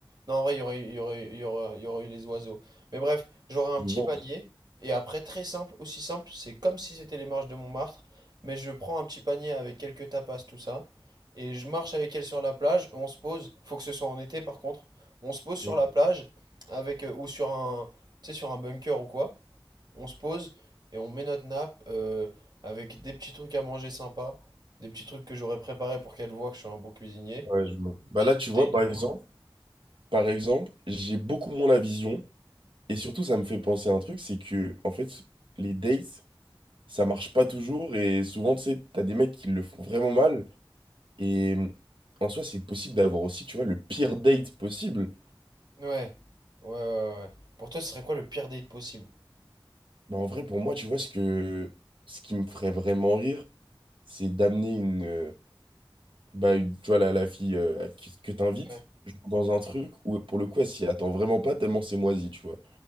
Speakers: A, on the right (about 50°); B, on the right (about 75°).
A: Non, en vrai, il y aurait, il y aurait, il y aurait, il y aurait eu les oiseaux. Mais bref, j'aurais un
B: Du
A: petit
B: vent.
A: panier. Et après, très simple, aussi simple, c'est comme si c'était les marches de Montmartre. Mais je prends un petit panier avec quelques tapas, tout ça. Et je marche avec elle sur la plage. On se pose. Faut que ce soit en été, par contre. On se pose sur
B: Mm.
A: la plage avec, euh, ou sur un, tu sais, sur un bunker ou quoi. On se pose et on met notre nappe euh, avec des petits trucs à manger sympas, des petits trucs que j'aurais préparés pour qu'elle voit que je suis un bon cuisinier.
B: Ouais, je vois. Bah
A: Petite
B: là, tu
A: bouteille
B: vois,
A: de
B: par exemple,
A: vin.
B: par exemple, j'ai beaucoup moins la vision. Et surtout, ça me fait penser à un truc, c'est que, en fait, les dates, ça marche pas toujours. Et souvent, tu sais, t'as des mecs qui le font vraiment mal. Et euh, en soi, c'est possible d'avoir aussi, tu vois, le pire date possible.
A: Ouais, ouais, ouais, ouais. Pour toi, ce serait quoi le pire date possible?
B: Bah, en vrai, pour moi, tu vois, ce que, ce qui me ferait vraiment rire, c'est d'amener une, euh, bah, une- tu vois, la, la fille euh, que, que t'invites
A: Ouais.
B: dans un truc où, pour le coup, elle s'y attend vraiment pas tellement c'est moisi, tu vois.